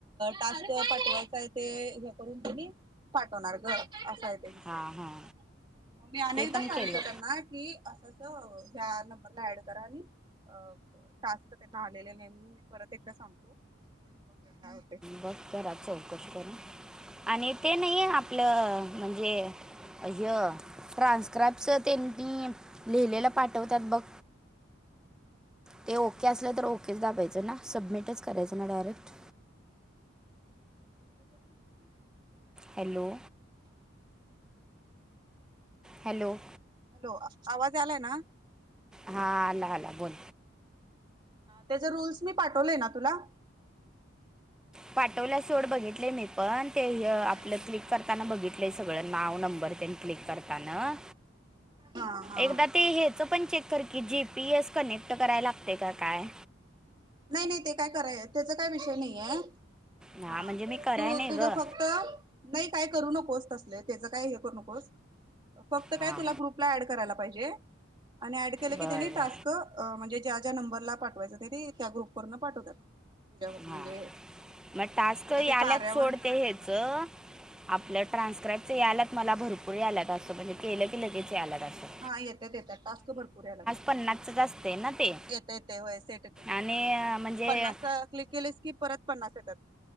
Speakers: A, on the right; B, in the centre.
A: टास्क पाठवायचा आहे ते <unintelligible> <unintelligible> न तुम्ही पाठवणार ग असा ममी
B: हां हां
A: अनेकदा
B: ते पण
A: सांगतो
B: केलं
A: त्यांना की असं <unintelligible> हॅलो ह्या नंबरला ऍड करा आणि अ टास्क त्यांना आलेले नाही म्हणून, मी परत एकदा सांगतो बघ काय होते.
B: बघ घरात चौकशी कर आणि ते नाहीे आपलं म्हणजे, अय ट्रान्स्क्रायपस त्यांनी लिहिलेला पाठवतात बघ. ते ओके असलं तर ओेच दाबायचं ना, सबमिटच करायचं ना, डायरेक्ट
A: <inaudible>
B: हॅलो हॅलो.
A: हॅलो आवाज आलाय ना,
B: हा आला आला बोल.
A: त्याच रूल्स मी पाठवलेय ना, तुला
B: पाठवला सोड बघितले मी पण ते यअआपलं
A: हा
B: क्लिक कर ताना बघितलं सगळं नाव नंबर त्यांनी क्लिक करताना,
A: हा हा
B: एकदा ते हेच पण चेक कर की जीपी एस कनेक्ट करायला लागते का काय?
A: नाही, नाही, ते काय कराय त्याचा काय विषय नाही हे
B: हां
A: हा
B: म्हणजे मी कराय
A: तू
B: नाही
A: तुझ
B: ग
A: फक्त अ नाही काय करू नकोस तसले, त्याचं काय हे करू नकोस. फक्त
B: हां
A: काय तुला ग्रुपला ऍड करायला पाहिजे. आणि ऍड केलं की
B: बरं
A: त्यानी टास्क अ म्हणजे ज्या, ज्या, नंबरला पाठवायचं ते त्या ग्रुप वरन पाठवतात. तुझ्यावर म्हणजे
B: हा मग टास्क
A: तुझं
B: याल्यात
A: ते कार्यावर
B: सोड ते हेच. आपलं ट्रान्स्क्राईबच यालात. मला भरपूर या आलात. असतं म्हणजे केलं की लगेच यालात असतं.
A: हा येतात, येतात, टास्क भरपूर यायला लागलेत
B: पन्नासच असते ना ते
A: येत, येते, होय सेट ते पन्नास
B: आणि अ, म्हणजे
A: पन्नास अ क्लिक केलेस की परत पन्नास येतात.